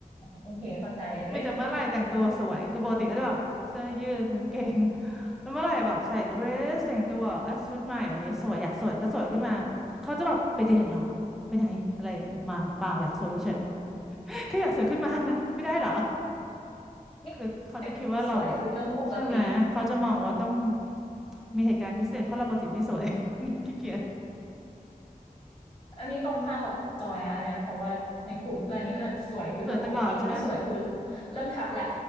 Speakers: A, on the left; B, in the centre.
A: โอเคเข้าใจเลย
B: มีแต่เมื่อไหร่แต่งตัวสวย คือปกติก็จะแบบเสื้อยืดกางเกง <laughs> แล้วเมื่อไหร่แบบใส่เดรสแต่งตัวแบบอ่ะชุดใหม่วันนี้สวยอยากสวยก็สวยขึ้นมาเขาจะแบบไปเดทเหรอไปไหนอะไรอย่างเงี้ยมาเปล่าอยากสวยเฉย <laughs> ๆคืออยากสวยขึ้นมา <laughs> ไม่ได้เหรอ
A: <laughs> นี่แต่งตัวสวยคือเรื่องปกติ
B: คือเขาจะคิดว่าเราแบบใช่ไหมเขาจะมองว่าต้องมีเหตุการณ์พิเศษเพราะเราปกติไม่สวย <laughs> ขี้เกียจ
A: อันนี้ตรงข้ามกับจอยนะคะเนี่ยเพราะว่าในกลุ่มเพื่อนนี่เขาจะสวยคือเรื่องปกติไม่สวยคือ
B: สวยตลอดใช่ไหม
A: เริ่มทักแหละ